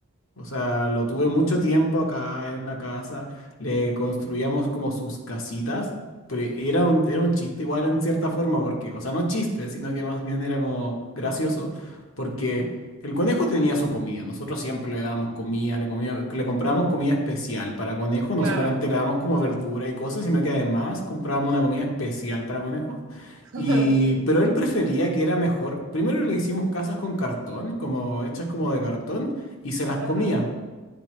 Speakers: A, on the left; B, on the right.
A: o sea, lo tuve mucho tiempo acá en la casa. Le construíamos como sus casitas. Pero era un, era un chiste igual en cierta forma, porque, o sea, no chiste, sino que más bien era como gracioso, porque el conejo tenía su comida. Nosotros siempre le dábamos comida, le comía- le comprábamos comida especial para conejo.
B: Claro.
A: No solamente le damos como verdura y cosas, sino que además comprábamos una comida especial para conejos.
B: <laughs>
A: Y, pero él prefería que era mejor. Primero le hicimos casas con cartón, como hechas como de cartón y se las comía.
B: Ajá.